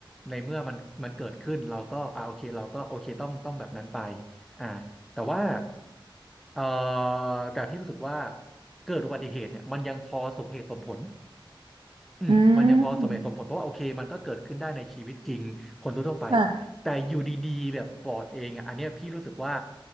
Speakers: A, in the centre; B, on the right (about 65°).
A: ในเมื่อมันมันเกิดขึ้นเราก็อ่าโอเคเราก็โอเคต้องต้องแบบนั้นไปอ่าแต่ว่า เอ่อแต่พี่รู้สึกว่าเกิดอุบัติเหตุเนี่ยมันยังพอสมเหตุสมผลอืมมันยังพอสมเหตุสมผลเพราะว่าโอเคมันก็เกิดขึ้นได้ในชีวิตจริงคนทั่วๆไป
B: อืมค่ะ
A: แต่อยู่ดีๆแบบปลอดเองอ่ะอันเนี้ยพี่รู้สึกว่า